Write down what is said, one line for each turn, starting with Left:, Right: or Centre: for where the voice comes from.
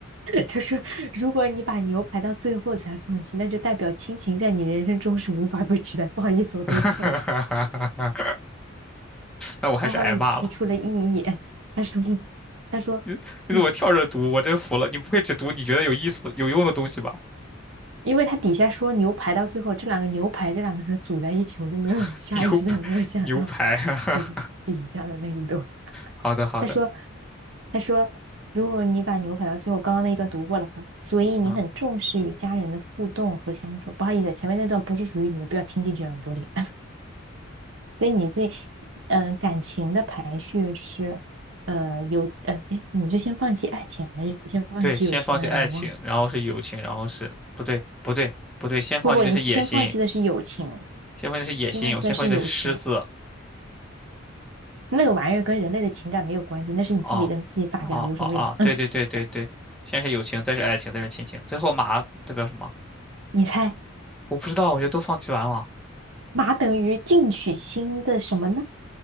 Right: 他说，如果你把牛排到最后才放弃，那就代表亲情在你人生中是无法被取代。不好意思，我读错了，
Centre: <laughs> 那我还是挨骂了。
Right: 还好你提出了异议。他说，他说，
Centre: <laughs> 你怎么跳着读？
Right: 嗯
Centre: 我真服了，你不会只读你觉得有意思的、有用的东西吧？
Right: 因为他底下说牛排到最后，这两个牛排这两个字组在一起，我就没有下意识的没有想要
Centre: <laughs> 牛排，牛排，<laughs>
Right: 读底下的那一段。
Centre: 好的，好的，
Right: 他说，他说，如果你把牛排到最后，刚刚那一段读过了吗？所以你很重视与家人的互动和相处。
Centre: 啊，
Right: 不好意思，前面那段不是属于你的，不要听进去耳朵里。所以你最，嗯，感情的排序是，呃，有，呃，哎，你就先放弃爱情，还是先放弃友情来着？
Centre: 对，先放弃爱情，
Right: 我忘了。
Centre: 然后是友情，然后是不对，不对，不对，先放弃的是野心，
Right: 不不，你先放弃的是友情，
Centre: 先放弃的是野心，
Right: 先放弃的是友情，
Centre: 我先放弃的是狮子，
Right: 那个玩意儿跟人类的情感没有关系，那是你自己跟自己打架，
Centre: 哦，哦，
Right: 无所谓的。
Centre: 哦，哦，对对对对对，
Right: <laughs>
Centre: 先是友情，再是爱情，再是亲情，最后马代表什么？
Right: 你猜，
Centre: 我不知道，我觉得都放弃完了，
Right: 马等于进取心的什么呢？